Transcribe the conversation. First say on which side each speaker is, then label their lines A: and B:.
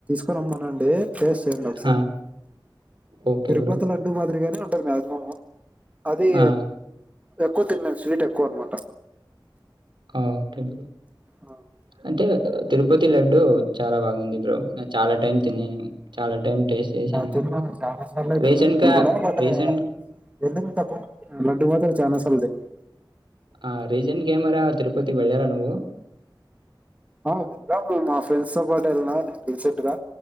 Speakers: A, on the right; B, on the right.
A: క్కనిమ్మనండి టేస్ట్ చేయండి ఒకసారి
B: ఆ! ఓకే
A: తిరుపతి
B: బ్రో.
A: లడ్డూ మాదిరిగానే ఉంటుంది మాక్సిమమ్ అది
B: ఆ!
A: ఎక్కువ తిన్ను స్వీట్ ఎక్కువ అనమాట
B: ఆ! Okay bro.
A: ఆ
B: అంటే తిరుపతి లడ్డు చాలా బాగుంది బ్రో నా చాలా టైం తిన్నాను చాలా టైం టేస్ట్ చేశాను.
A: తిన్నాను చాలా సార్లు అయి
B: రీసెంట్‌గా
A: తిన్నాను నేను కూడా లే
B: రీసెంట్
A: వెంది తక్కువ లడ్డు మాద చాలా సార్లు తిన్న
B: ఆ రీసెంట్ గా ఏమన్నా తిరుపతికి వెళ్ళారా నువ్వు
A: ఆ వెళ్దాం మా ఫ్రెండ్స్ తో పాటు వెళ్ళిన నేను రీసెంట్ గా